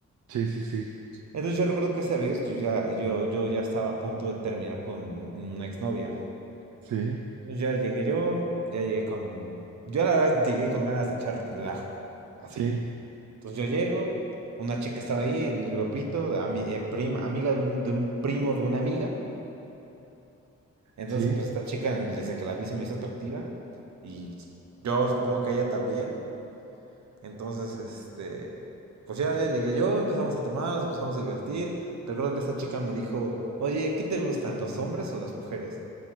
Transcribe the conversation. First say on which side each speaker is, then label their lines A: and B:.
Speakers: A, on the right; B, on the right.
A: sí, sí, sí,
B: Entonces yo recuerdo que esa vez yo ya, yo, yo ya estaba a punto de terminar con una exnovia.
A: sí,
B: Entonces ya llegué yo, ya llegué con... Yo la verdad llegué con ganas de echar relajo, así.
A: sí,
B: Entonces yo llego, una chica estaba ahí en el grupito, ami- eh, prima, amiga de un, de un primo de una amiga. Entonces
A: sí,
B: pues esta chica desde que la vi se me hizo atractiva y yo supongo que ella también. Entonces, este, pues ya, ya llegué yo, empezamos a tomar, nos empezamos a divertir. Recuerdo que esta chica me dijo, oye, ¿qué te gustan, los hombres o las mujeres?